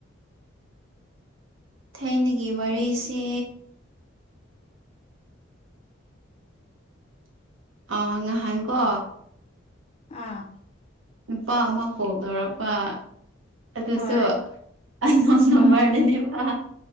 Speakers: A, on the right; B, on the left.
A: ꯊꯥꯏꯅꯒꯤ ꯋꯥꯔꯤꯁꯦ ꯑ ꯉꯍꯥꯟꯀꯣ
B: ꯑꯥ
A: ꯅꯨꯄꯥ ꯑꯃ ꯀꯣꯜ ꯇꯧꯔꯛꯄ ꯑꯗꯨꯁꯨ
B: ꯍꯣꯏ
A: ꯑ ꯅꯝꯕꯔꯗꯅꯦ
B: ꯑꯥ
A: ꯋꯥ